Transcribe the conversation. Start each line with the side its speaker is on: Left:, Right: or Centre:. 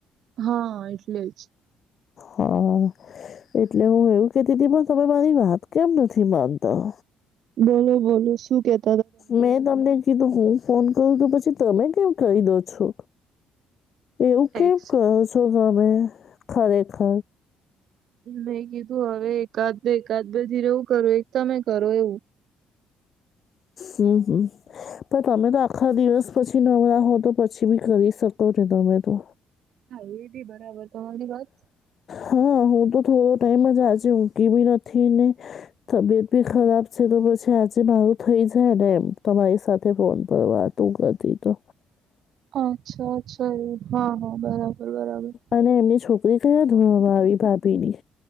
Right: હા એટલે જ.
Left: હા એટલે હું એવું કેતી તી તમે મારી વાત કેમ નથી માનતા.
Right: બોલો બોલો શું કેત
Left: મેં તમને કીધું હું ફોન કરું તો પછી તમે કેમ કરી દો છો. એવું કેમ
Right: એક્સ
Left: કરો છો તમે ખરેખર.
Right: મે કીધું હવે એકાદ બે એકાદ બે ધીરે હું કરું એક તમે કરો એવું.
Left: હમમ હમમ પણ તમે તો આખા દિવસ પછી નવરા હો તો પછી બી કરી શકો ને તમે તો.
Right: હા એ બી બરાબર તમારી વાત.
Left: હા હું તો થોડો ટાઈમ જ આજે ઊંઘી બી નથી ને તબિયત બી ખરાબ છે તો પછી આજે મારું થઈ જાય ને એમ. તમારી સાથે ફોન પર વાતો કરતી તો.
Right: અચ્છા, અચ્છા એ હા, હા બરાબર, બરાબર.
Left: અને એમની છોકરી કયા ધોરણમાં આવી ભાભીની?